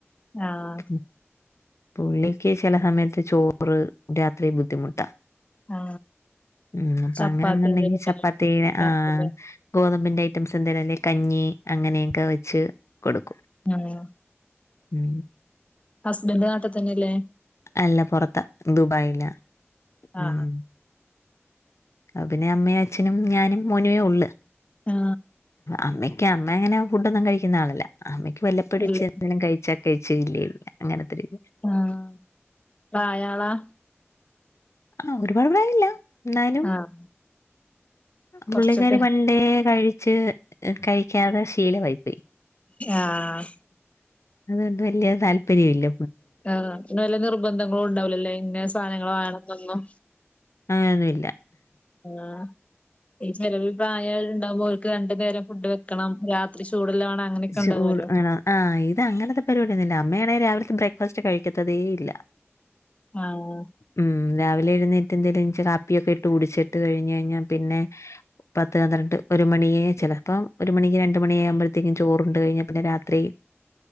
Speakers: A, on the left; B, on the left.
A: ആഹ്
B: ഉം. പുള്ളിക്ക് ചെല സമയത്ത് ചോറ് രാത്രി ബുദ്ധിമുട്ടാ
A: ആ
B: ഉം അപ്പൊ
A: ചപ്പാത്തിന്റെ
B: അങ്ങനെന്ന്ണ്ടെങ്കി
A: കൂടെ
B: ചപ്പാത്തി
A: രാത്രിയില്
B: ആഹ് ഗോതമ്പിന്റെ ഐറ്റംസ് എന്തേലും അല്ലെ കഞ്ഞി അങ്ങനെയൊക്കെ വെച്ച് കൊടുക്കും
A: ആഹ്
B: ഉം
A: ഹസ്ബൻ്റ് നാട്ടിത്തന്നില്ലേ
B: അല്ല പൊറത്താ ദുബായിലാ
A: ആ ആ
B: ഉം അപ പിന്നെ അമ്മയും അച്ഛനും ഞാനും മോനുവേ ഒളള്
A: ആ
B: അമ്മയ്ക്ക് അമ്മ അങ്ങനെ ഫുഡൊന്നും കഴിക്കുന്ന ആളല്ല അമ്മയ്ക്ക് വല്ലപ്പഴും
A: എല്ലാം
B: ഇച്ചി എന്തെങ്ങ് കഴി ച്ചാ കഴിച്ച് ഇല്ലേയില്ല അങ്ങനത്തെ രീതി
A: ആഹ് പ്രായാളാ
B: ആഹ് ഒരുപാട് പ്രായംല്ല എന്നാലും
A: ആഹ് കൊറച്ചൊക്കെ
B: പുള്ളിക്കാരി പണ്ടേ കഴിച്ച് കഴിക്കാതെ ശീലവായിപ്പോയി
A: ആഹ്
B: അതുകൊണ്ട് വല്യ താല്പര്യം ഇല്ല
A: ആഹ് പിന്നെ വല്ല നിർബന്ധങ്ങളും ഉണ്ടാവൂലല്ലേ ഇന്ന സാധനങ്ങൾ വേണംന്നൊന്നും
B: അങ്നൊന്നൂല്ല
A: ആഹ് ഈ ചിലവിൽ പ്രായായോരുണ്ടാവുമ്പോ ഓർക്ക് രണ്ടു നേരം ഫുഡ് വെക്കണം രാത് ത്രി ചൂടുള്ള വേണം അങ്ങനെയൊക്കെ
B: ചൂട്
A: ഉണ്ടാവുമല്ലോ
B: വേണം ആഹ് ഇത് അങ്ങനത്തെ പരിപാടിയൊന്നും ഇല്ല അമ്മയാണെ രാവിലത്തെ ബ്രേക്ക്ഫാസ്റ്റ് കഴിക്കത്തതേ ഇല്ല
A: ആഹ്
B: ഉം രാവിലെ എഴുന്നേറ്റ് എന്തേലും ഇച്ചി കാപ്പിയൊക്കെ ഇട്ട് കുടിച്ചിട്ട് കഴിഞ്ഞ് കഴിഞ്ഞാ പിന്നെ പത്ത് പന്ത്രണ്ട് ഒരു മണിയേ ചെലപ്പം ഒരു മണിക്ക് രണ്ട് മണിയാകുമ്പഴത്തേക്കും ചോറുണ്ട് കഴിഞ്ഞാ പിന്നെ രാത്രി